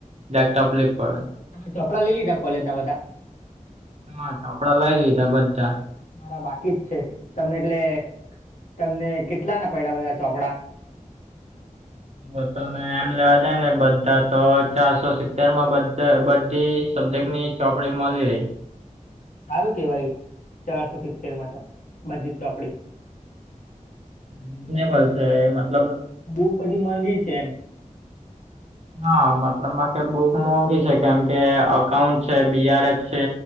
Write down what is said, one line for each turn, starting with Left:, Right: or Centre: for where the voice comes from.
Right: જરાક તફલીક પડે.
Left: <unintelligible> ચોપડા લઈ લીધા કોલેજ ના બધા?
Right: હા ચોપડા લય લીધા બધાં.
Left: મારા બાકી જ છે, તમને એટલે તમને કેટલા ના પયડા બધા ચોપડા.
Right: જો તમે એમ લેવા જાય ને, બધા તો ચારસો સિત્તેર માં બઘે બધી સબ્જેક્ટની ચોપડી મલી રેય.
Left: સારું કેવાય, ચારસો સિત્તેર માં તો બધી જ ચોપડી.
Right: રીઝનેબલ છે, મતલબ.
Left: બૂક બધી મોંઘી છે, એમ.
Right: હા, મતલબમાં કે બુક મોંઘી છે, કેમ કે અકાઉન્ટ છે, બીઆરએફ છે.